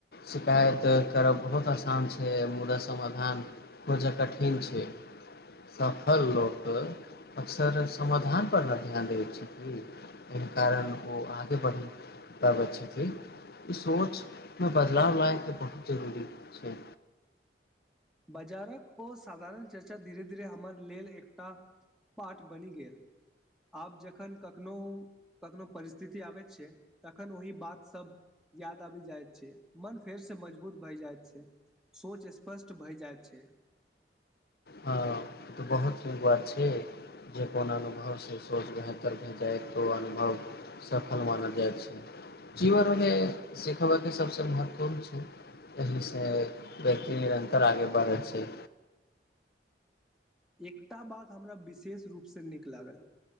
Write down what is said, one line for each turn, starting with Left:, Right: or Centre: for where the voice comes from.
Left: शिकायत करब बहुत आसान छै मुदा समाधान बहुत जे कठिन छै सफल लोक अक्सर समाधानपर नहि ध्यान दबैत छथिन एहि कारण ओ आगे बढ़ि पाबैत छथिन ई सोचमे बदलाव लाबयके बहुत जरूरी छै
Centre: बाजारक ओ साधारण चर्चा धीरे धीरे हमर लेल एकटा पाठ बनि गेल आब जखन कखनो कखनो परिस्थिति आबैत छै तखन ओहि बात सब याद आबि जाइत छै मन फेरसँ मजबूत भय जाइत छै सोच स्पष्ट भए जाइत छै
Left: हँ तऽ बहुत नीक बात छै जे कोन अनुभवसँ सोच बेहतर भे जाय तऽ ओ अनुभव सफल मानल जाइ छै जीवनमे सिखबयके सभसँ महत्वपूर्ण छै एहिसँ व्यक्ति निरन्तर आगे बढ़ै छै
Centre: एकटा बात हमरा विशेष रूपसँ नीक लागल